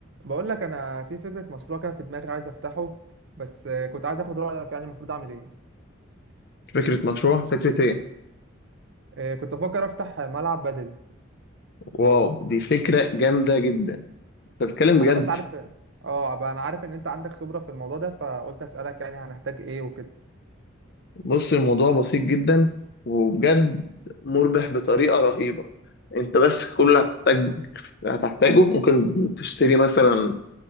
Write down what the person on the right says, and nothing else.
بقول لك انا في فكره مشروع كده في دماغي عايز افتحه بس آه، كنت عايز اخد رايك يعني المفروض اعمل ايه
آه، كنت بفكر افتح ملعب بدل
انا بس عارف اه بقى انا عارف ان انت عندك خبره في الموضوع ده فقلت اسالك يعني هنحتاج ايه وكده